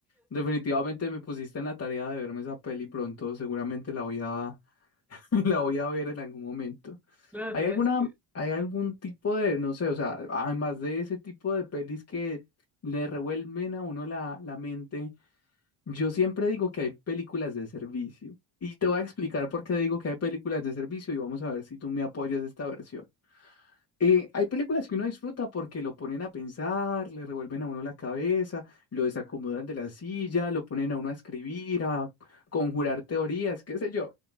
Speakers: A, on the left; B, in the centre.
A: definitivamente me pusiste en la tarea de verme esa peli pronto, seguramente la voy a <laughs> La voy a ver en algún momento.
B: Claro,
A: ¿Hay
B: tienes
A: alguna,
B: que-
A: hay algún tipo de, no sé, o sea, además de ese tipo de pelis que le revuelven a uno la, la mente, yo siempre digo que hay películas de servicio. Y te voy a explicar por qué digo que hay películas de servicio y vamos a ver si tú me apoyas esta versión. Eh, hay películas que uno disfruta porque lo ponen a pensar, le revuelven a uno la cabeza, lo desacomodan de la silla, lo ponen a uno a escribir, a conjurar teorías, qué sé yo.